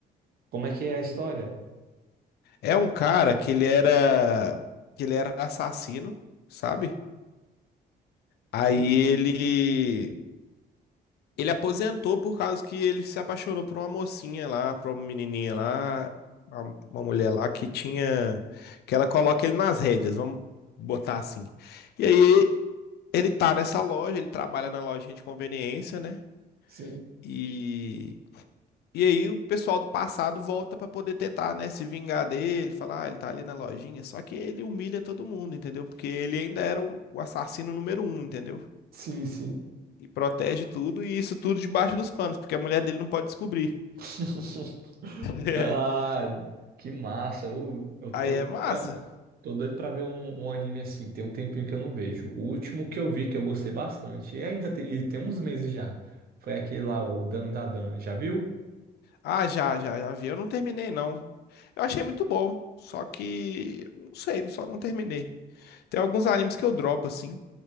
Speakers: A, on the right; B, on the left.
A: Como é que é a história?
B: É um cara que ele era que ele era assassino, sabe? Aí
A: Hum,
B: ele Ele aposentou por causa que ele se apaixonou por uma mocinha lá, por uma menininha lá, uma uma mulher lá que tinha, que ela coloca ele nas rédeas, vamos botar assim. E aí ele tá nessa loja, ele trabalha na loja de conveniência, né?
A: sim.
B: E e aí o pessoal do passado volta pra poder tentar, né, se vingar dele, falar, ah, ele tá ali na lojinha, só que ele humilha todo mundo, entendeu? Porque ele ainda era o o assassino número um, entendeu?
A: Sim, sim.
B: E protege tudo, e isso tudo debaixo dos panos, porque a mulher dele não pode descobrir.
A: <laughs>
B: <laughs>
A: Ah, que massa. Eu, eu tô
B: Aí é
A: doido
B: massa.
A: pra, tô doido pra ver um, um anime assim. Tem um tempinho que eu não vejo. O último que eu vi que eu gostei bastante, e ainda tem, e tem uns meses já, foi aquele lá, ó, o Dandadan. Já viu?
B: Ah, já, já, já vi. Eu não terminei, não. Eu achei muito bom. Só que, não sei, só não terminei. Tem alguns animes que eu dropo, assim.